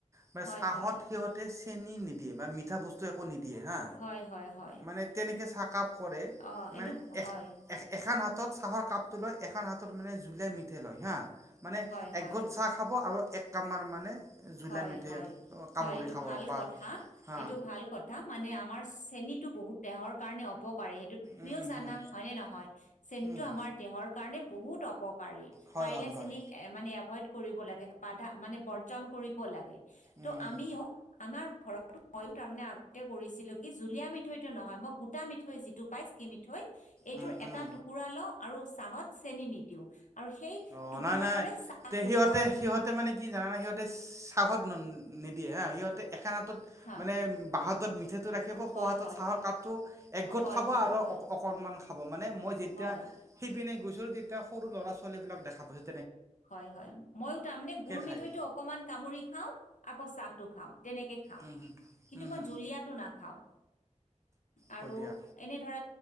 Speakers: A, on the right (about 25°); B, on the left (about 80°).
A: বা
B: হয়,
A: চাহত
B: হয়,
A: সিহঁতে চেনি নিদিয়ে বা মিঠা বস্তু, একো নিদিয়ে হা
B: হয়, হয়, হয়।
A: মানে তেনেকে চাকাপ কৰে
B: অ' এইটো
A: মানে। এ
B: হয়,
A: এ এখন হাতত চাহৰ কাপটো লয় এখন হাতত মানে জোলিয়া মিঠাই লয় হা মানে
B: হয়, হয়,
A: একগোট
B: হয়।
A: চাহ খাব আৰু এক কামাৰ মানে জুলীয়া
B: হয়
A: মিঠৈ
B: হয়
A: কামুৰি
B: হয় এইটো
A: খাব
B: ভাল
A: বা
B: কথা,
A: হা
B: এইটো ভাল কথা মানে আমাৰ চেনিত এইটো বহুত দেহৰ কাৰণে অপকাৰী। তুমিও
A: উম
B: জানা
A: হম
B: হয় নে নহয় চেনিটো
A: উম
B: আমাৰ দেহৰ কাৰণে বহুত অপকাৰী।
A: হয়
B: পাৰিলে
A: হয়
B: চেনি
A: হয়
B: মানে এভইড কৰিব লাগে বাধা মানে বৰ্জন কৰিব লাগে।
A: উম
B: ত' আমিও আমাৰ ঘৰতো মইয়ো তাৰ মানে আগতে কৰিছিলো, কি জুলীয়া মিঠৈটো নহয় মই গোটা মিঠৈ যিটো পাই স্কি মিঠৈ, এইটোৰ
A: উম
B: এটা
A: উম
B: টুকুৰা লও আৰু চাহত চেনি নিদিওঁ আৰু সেই
A: অ'
B: টুকুৰাটোৰে
A: নাই নাই
B: চাহটো
A: তে সিহঁতে
B: খাওঁ।
A: সিহঁতে মানে কি জানানে সিহঁতে চাহত নিদিয়ে, হা সিহঁতে এখন হাতত
B: হা
A: মানে বাঁহাতত মিঠাটো ৰাখিব,
B: হয়
A: সো হাতত
B: হয়
A: চাহৰ কাপটো একগোট
B: হয়
A: খাব
B: হয়
A: আৰু।
B: হয়
A: অ অকণমান খাব মানে মই যেতিয়া
B: হয়
A: সিপিনে গৈছোঁ তেতিয়া সৰু ল'ৰা ছোৱালীবিলাক দেখা পাইছো।
B: হয় হয় মইয়ো তাৰমানে গুড়
A: খায়।
B: মিঠৈটো অকমান কামুৰি খাও, আকৌ চাহটো খাওঁ। তেনেকে খাওঁ।
A: উম হুম
B: কিন্তু
A: উম
B: মই
A: হুম
B: জুলীয়াটো নাখাওঁ। আৰু
A: হয় দিয়া
B: এনে ধৰা